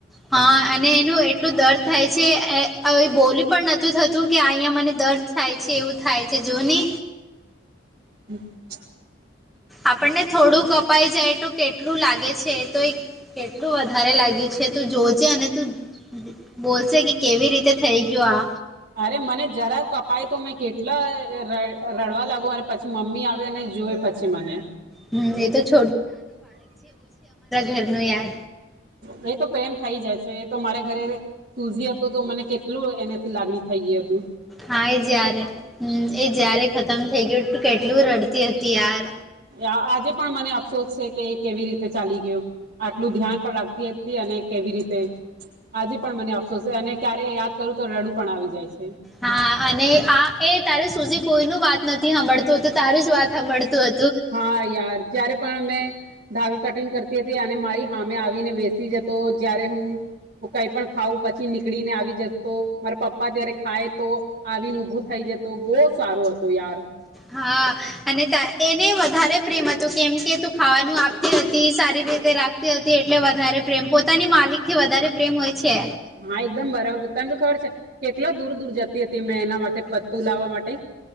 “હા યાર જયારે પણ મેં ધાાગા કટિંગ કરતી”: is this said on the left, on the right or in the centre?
Right